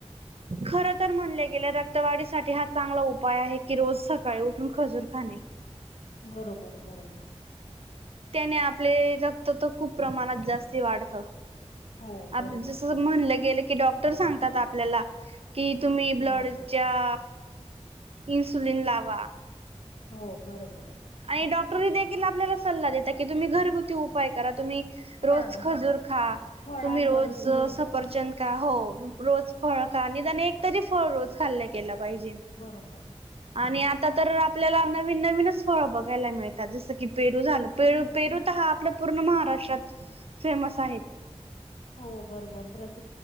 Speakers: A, on the right; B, on the left.
A: खर तर म्हणले गेलं रक्तवाढीसाठी हा चांगला उपाय आहे, की रोज स सकाळी उठून खजूर खाणे.
B: बरोबर बरोबर.
A: त्याने आपले रक्त तर खूप प्रमाणात जास्ती वाढत.
B: हो
A: अ
B: बरोबर
A: जस म्हणल गेल की की डॉक्टर सांगतात आपल्याला, कि तुम्ही
B: हो
A: ब्लडच्या इनसुलीन लावा.
B: हो, बरोबर.
A: आणि डॉक्टरहि देखील आपल्याला सा सल्ला देत्यात कि तुम्ही घरगुती उपाय करा. तुम्ही
B: फळ
A: रोज खजूर
B: हा
A: खा.
B: फळांवर
A: तुम्ही रोज
B: जोर द्यावा
A: सफरचंद खा. हो रोज फळ खा निदान एक तरी फळ रोज खाल्ल गेलं पाहिजे.
B: बरोबर
A: आणि आता तर आपल्याला नवीन नवीनच फळ बघायला मिळतात. जसं की पेरू झालं पेरू
B: हम्म
A: पेरू तर हा आपला पूर्ण महाराष्ट्रात फेमस आहेत.
B: हो बरोबर प्रस